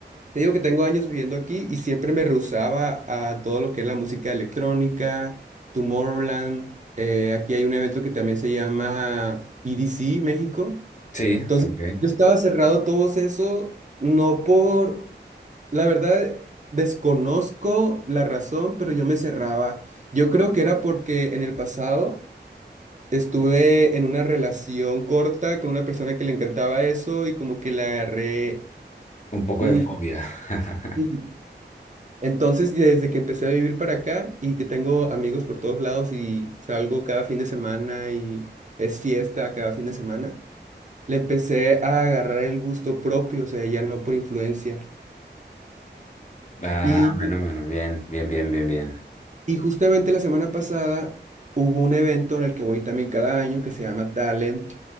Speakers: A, on the right; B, on the left.
A: te digo que tengo años viviendo aquí y siempre me rehusaba a todo lo que es la música electrónica, Tomorrowland. eh, aquí hay un evento que también se llama EDC México.
B: Sí,
A: Entonces,
B: ok.
A: yo estaba cerrado a todo eso, no por, la verdad, desconozco la razón, pero yo me cerraba. Yo creo que era porque en el pasado... Estuve en una relación corta con una persona que le encantaba eso y como que le agarré...
B: Un poco
A: mm,
B: de fobia. <laughs>
A: sí. Entonces, desde que empecé a vivir para acá y que tengo amigos por todos lados y salgo cada fin de semana y es fiesta cada fin de semana, le empecé a agarrar el gusto propio, o sea, ya no por influencia.
B: Ah,
A: Y,
B: bueno, bueno, bien, bien, bien, bien, bien.
A: y justamente la semana pasada hubo un evento en el que voy también cada año que se llama Talent